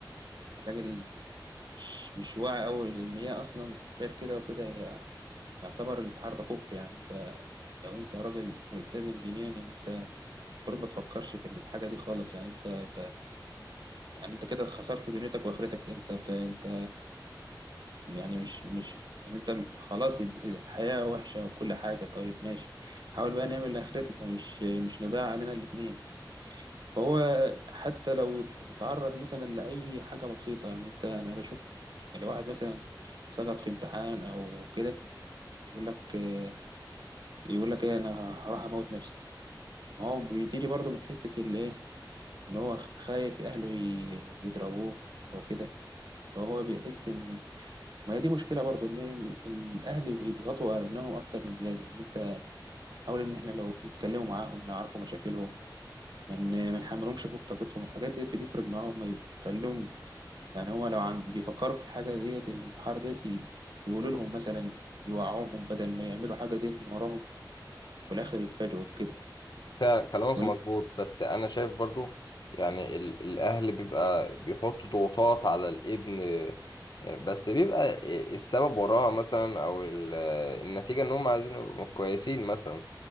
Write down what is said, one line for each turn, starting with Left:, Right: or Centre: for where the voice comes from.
Right: كنت راجل مش مش واعي أوي لأن هي أصلا غير كده وكده هي يعتبر الاتحاد ده كفر يعني أنت لو أنت راجل ملتزم دينيا يعني أنت المفروض ما تفكرش في الحاجة دي خالص يعني أنت بت... يعني أنت كده خسرت دنيتك وآخرتك أنت بت... أنت يعني مش مش يعني أنت خلاص الحياة وحشة وكل حاجة طيب ماشي حاول بقى نعمل لآخرتنا مش مش نضيع علينا الاتنين فهو حتى لو اتعرض مثلا لأي حاجة بسيطة يعني أنت أنا بشوف لو واحد مثلا سقط في امتحان أو كده يقول لك آه، يقول لك إيه أنا هروح أموت نفسي ما هو بيتيجي برضه من حتة اللي إيه إن هو خ- خايف أهله ي- يضربوه أو كده فهو بيحس إن ما هي دي مشكلة برضه إن ال- الأهل بيضغطوا أبنائهم أكتر من اللازم يعني أنت حاول إن إحنا لو نتكلموا معاهم نعرفوا مشاكلهمم ما من ما نحملهمش فوق طاقتهم الحاجات دي بتفرق معاهم ما يخليهم يعني هو لو عن بيفكروا في الحاجة ديت الانتحار ديت ي- يقولوا لهم مثلا يوعوهم بدل ما يعملوا حاجة ديت من وراهم وفي الآخر يتفاجئوا بكده
Left: فعلا كلامك
Right: ولا-
Left: مظبوط بس انا شايف برضو يعني ال- الاهل بيبقى بيحط ضغوطات على الابن آه، بس بيبقى السبب وراها مثلا او ال- النتيجة ان هم عايزينهم يبقوا كويسين مثلا